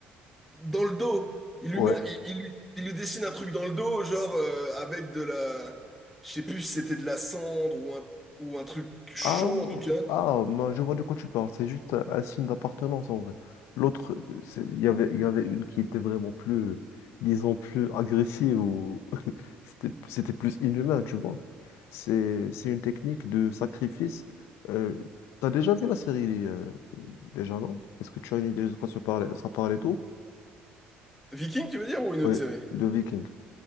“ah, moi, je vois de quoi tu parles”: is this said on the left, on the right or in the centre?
Left